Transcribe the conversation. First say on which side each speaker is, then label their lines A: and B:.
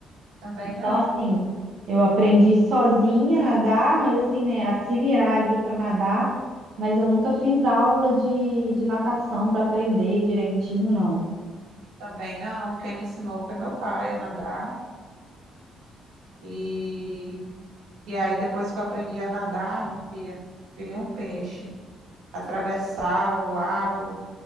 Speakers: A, on the right; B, on the right.
A: Também
B: Então,
A: não,
B: assim, eu aprendi sozinha a nadar, mas assim, né, a se virar ali para nadar, mas eu nunca fiz aula de, de natação para aprender direitinho, não.
A: também não. Quem me ensinou foi meu pai a nadar. E E aí, depois que eu aprendi a nadar, minha filha, virei um peixe. Atravessava o lago